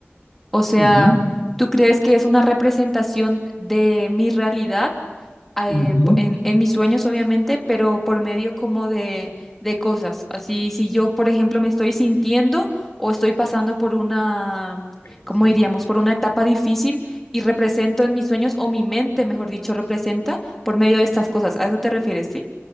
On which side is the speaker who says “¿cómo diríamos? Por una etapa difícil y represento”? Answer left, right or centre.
Centre